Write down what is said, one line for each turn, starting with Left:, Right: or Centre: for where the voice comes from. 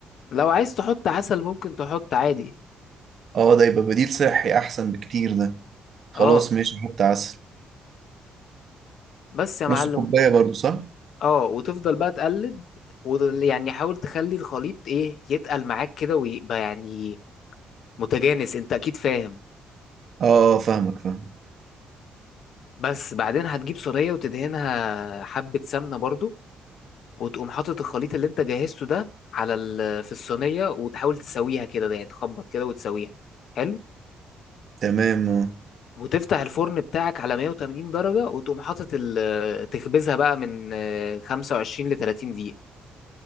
Left: لو عايز تحط عسل ممكن تحط عادي
Right: اه ده يبقى بديل صحي أحسن بكتير ده خلاص
Left: اه
Right: ماشي حط عسل
Left: بس يا معلم
Right: نص كوباية برضو صح؟
Left: اه وتفضل بقى تقلب ويعني حاول تخلي الخليط ايه يتقل معاك كده ويبقى يعني متجانس انت اكيد فاهم
Right: اه اه فاهمك فاهم
Left: بس بعدين هتجيب صينية وتدهنها حبة سمنة برضو وتقوم حاطط الخليط اللي انت جهزته ده على ال... في الصينية وتحاول تسويها كده يعني تخبط كده وتسويها حلو
Right: تمام اه
Left: وتفتح الفرن بتاعك على 180 درجة وتقوم حاطط ال- تخبزها بقى من آه، 25 ل 30 دقيقة